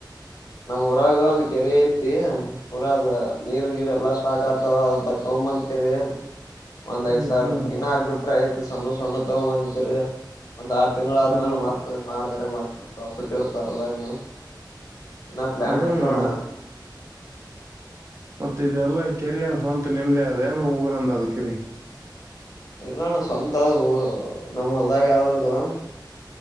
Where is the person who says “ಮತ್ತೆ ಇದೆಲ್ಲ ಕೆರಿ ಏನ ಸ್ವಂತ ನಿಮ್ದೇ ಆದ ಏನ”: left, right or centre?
Right